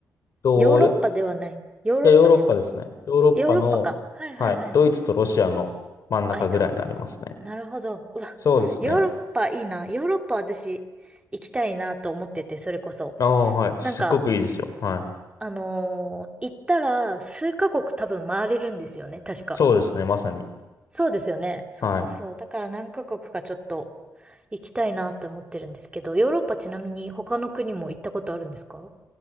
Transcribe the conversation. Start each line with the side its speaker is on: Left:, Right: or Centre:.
Left: と
Right: ヨーロッパではない。ヨーロッパですか
Left: いや、ヨーロッパですね。ヨーロッパの、
Right: ヨーロッパか。はいはいはい。
Left: はい、ドイツとロシアの真ん中ぐらいになりますね。
Right: 間。なるほど。うわ、
Left: そうですね。
Right: ヨーロッパいいな。ヨーロッパ私行きたいなと思ってて、それこそ。
Left: ああ、はい。すっごくいいですよ。
Right: なんか、
Left: はい。
Right: あのー行ったら数カ国多分回れるんですよね、確か。
Left: そうですね。まさに。
Right: そうですよね。そうそうそう。
Left: はい。
Right: だから何カ国かちょっと行きたいなと思ってるんですけど、ヨーロッパちなみに他の国も行ったことあるんですか